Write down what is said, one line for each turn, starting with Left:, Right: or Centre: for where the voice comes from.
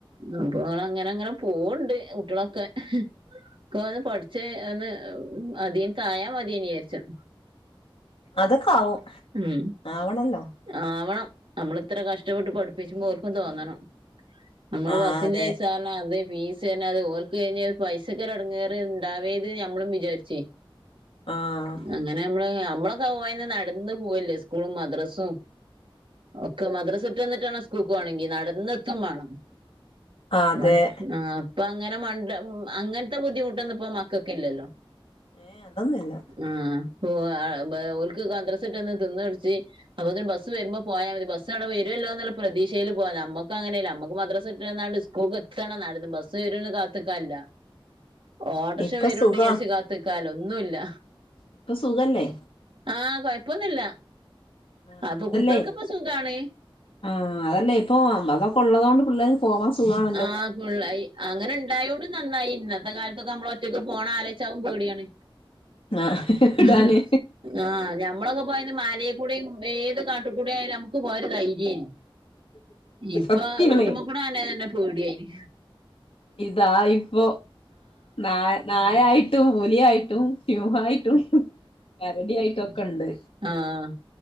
Right: അപ്പോള അങ്ങനെ അങ്ങനെ പോ വണ്ണ്ണ്ട് കുട്ടോളൊക്കെ ഇക് ഒന്ന് പഠിച്ച് ഒന്ന് മത മതീന്ന് വിചാരിച്ചും
Left: അതൊക്കെ ആവും
Right: ഉം
Left: ആവണല്ലോ
Right: ആവണം നമ്മള ഇത്ര കഷ്ടപ്പെട്ട് പഠിപ്പിച്ചുമ്പോർക്കും തോന്നണം മ്മള്
Left: ആഹ്
Right: ബസ്സിന്റെയ്സ
Left: അതെ
Right: ആ അത് ഫീസ്ന്നെ അത് ഓൽക് കഴിഞ്ഞാൽ പൈസക്കെടങ്ങാറ് ഇണ്ടാവേര്ത് ന്ന് ഞമ്മളും വിചാരിച്
Left: ആഹ്
Right: അങ്ങനെ നമ്മള് നമ്മളൊക്കെ പോയ് ന്നന്ന് നടന്ന് പോവല്ലേ സ്കൂളും മദ്രസും ഒക്കെ മദ്രാസട്ട വന്നിട്ടാണം സ്കൂൾക്കോണങ്കി നടന്നെത്തും വേണം
Left: അതെ
Right: ആഹ് ആഹ് ഇപ്പൊ അങ്ങനെ മണ്ട അങ്ങനത്തെ ബുദ്ധിമുട്ടൊന്നും പ്പം മക്കക്കില്ലല്ലോ
Left: ഏഹ് അതൊന്നുല്ല
Right: മം ഓ ഓൽക്ക് മദ്രസട്ടന്ന് തിന്നുടിച്ച് അപ്പൊൊ ബസ് വരുമ്പോ പോയാ മതി ബസ്സവടെ വരുല്ലോുള്ള പ്രതീക്ഷയിൽ പോയാ നമുക്ക് അങ്ങനെയല്ല നമ്മക്ക് മദ്രാസ വിട്ടാണ്ടന്ന് സ്- കോക്ക് എത്തണം നടന്ന് ബസ്സ് വരുംന്ന് കാത്ത്ക്കാല്ല
Left: <inaudible>
Right: ഓട്രോഷ
Left: ഇപ്പൊ
Right: വേരുണ്ട്
Left: സുഖാ
Right: വിചരിച്ചണ്ട് കാത്ത് ക്കാല്ല ന്നുംല്ല
Left: ഇപ്പൊ സുഖല്ലേ
Right: ആഹ് കൊഴപ്പൊന്നുല്ല
Left: ആഹ്
Right: അപ്പൊ
Left: അതല്ലേ
Right: കുട്ടികൾക്കിപ്പ സുഖാണ്
Left: ആഹ് അതല്ലേ ഇപ്പൊ അതൊക്കെ ഒള്ളതൊണ്ട് പിള്ളേര് പോവാൻ സുഖാണ്
Right: ആഹ ഫുുള്ളായി അങ്ങനെ ഉണ്ടായോണ്ടും നന്നായി ഇന്നത്തെ കാലത്തൊക്കെ നമ്മളൊക്കൊറ്റയ്ക്ക് പോണാലോയ്ച്ചാ അതുംപേടിയാണ്
Left: ആഹ് ഇടാന്
Right: ഹ് ആ ഞമ്മളൊക്കെ പോയ മലിൽ കൂടേം ഏത് കാട്ട്കൂടെ ആയാലും നമുക്ക് പോയ ഒരു ധൈര്യാ യ്ര്ന്ന് ഇപ്പൊ
Left: സത്യാണേ
Right: റോട്ട്മക്കൂടെ തന്നെ തന്നെ പേടിയായിന്
Left: ഇതാ ഇപ്പോ ന നായായിട്ടും പുലിയായിട്ടും സിംഹായിട്ടും കരടിയായിട്ടും ഒക്കെ ഉണ്ട്
Right: ആഹ്